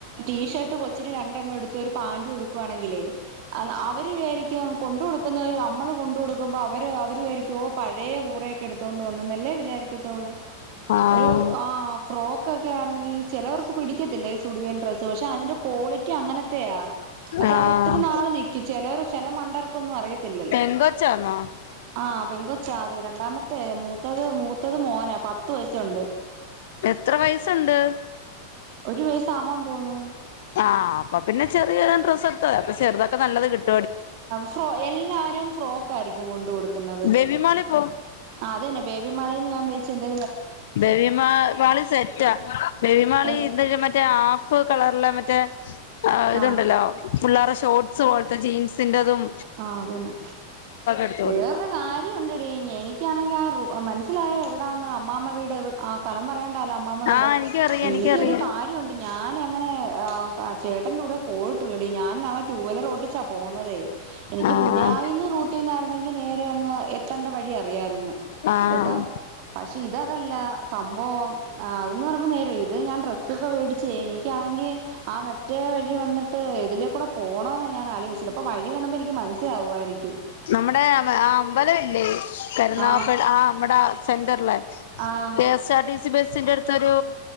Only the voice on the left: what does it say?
ആഹ്
ആഹ്
പെങ്കൊച്ചാന്നോ
എത്ര വയസുണ്ട്
ആഹ് അപ്പം പിന്നെ ചെറിയ ഡ്രസ് എടുത്തത അപ്പൊ ചെറുതൊക്കെ നല്ലത് കിട്ടും
ബേബിമാളിൽ പോ
ബേബി മാളിൽ സെറ്റാ ബേബിമാളി
എന്ത മറ്റേ ആ കളറിലെ മറ്റേ ഇതുണ്ടല്ലോ
പിള്ളേരെ ഷോർസ് പോലത്തെ ജീൻസിൻ്റെതും
എടുത്തോളൂ
ആഹ് എനിക്കറിയാം
എനിക്കറിയാം
ആഹ്
ആഹ്
നമ്മുടെ ആ അമ്പലം ഇല്ലേ കരുനാവപ്പേടി
ആ നമ്മടെ സെന്ററല്ലേ
കെ എസ് ആർടി സി ബസിന്റെ അടുത്തൊരു